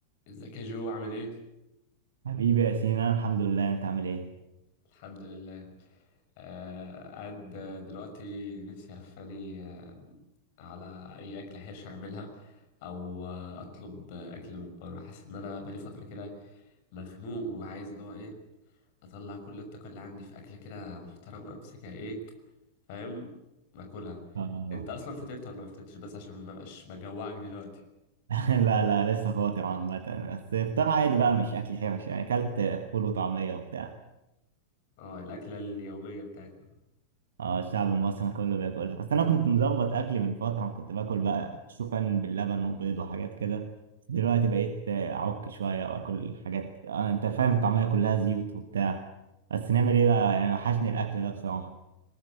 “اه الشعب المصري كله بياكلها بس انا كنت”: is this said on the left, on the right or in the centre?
Right